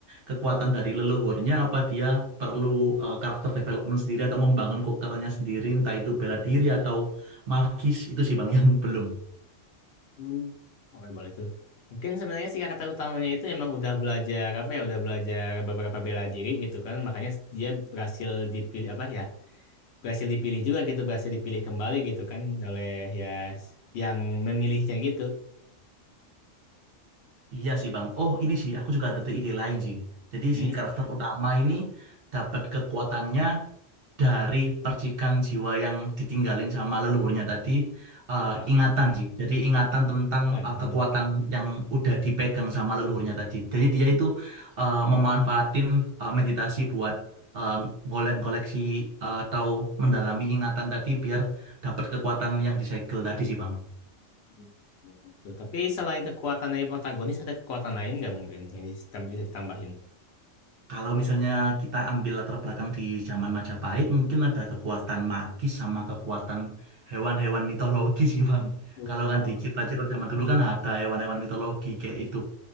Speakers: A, on the right (about 55°); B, on the left (about 65°).
A: kekuatan dari leluhurnya apa dia perlu eh, karakter development sendiri atau membangun kokernya sendiri entah itu bela diri atau magis itu sih Bang <laughs> yang belum.
B: Hmm. Oke, boleh tuh. Mungkin sebenarnya sih kata utamanya itu emang udah belajar apa ya, udah belajar beberapa bela diri gitu kan. Makanya dia berhasil dipilih apa ya? Berhasil dipilih juga gitu, berhasil dipilih kembali gitu kan oleh ya s- yang memilihnya gitu.
A: Iya sih Bang. Oh ini sih aku juga ada ide lain sih. Jadi
B: Hmm.
A: si karakter utama ini dapat kekuatannya dari percikan jiwa yang ditinggalin sama leluhurnya tadi eh,
B: Walah,
A: ingatan sih. Jadi ingatan tentang
B: ya kan.
A: eh,
B: Hmm.
A: kekuatan yang udah dipegang sama leluhurnya tadi. Jadi dia itu eh, memanfaatin eh, meditasi buat eh, golek-koleksi eh, atau mendalami ingatan tadi biar dapat kekuatan yang disegel tadi sih Bang.
B: Hmm. Boleh tuh. Tapi selain kekuatan dari protagonis ada kekuatan lain nggak mungkin yang ditam- bisa ditambahin?
A: Kalau misalnya kita ambil latar belakang di zaman Majapahit, mungkin ada kekuatan magis sama kekuatan hewan-hewan mitologi sih, Bang.
B: Oh,
A: Kalau kan di cerita-cerita zaman dulu kan ada hewan-hewan mitologi kayak itu,